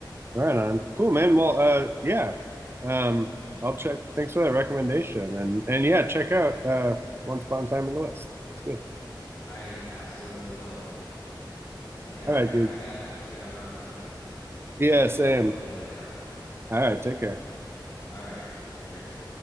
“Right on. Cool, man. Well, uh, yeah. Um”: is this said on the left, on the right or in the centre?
Right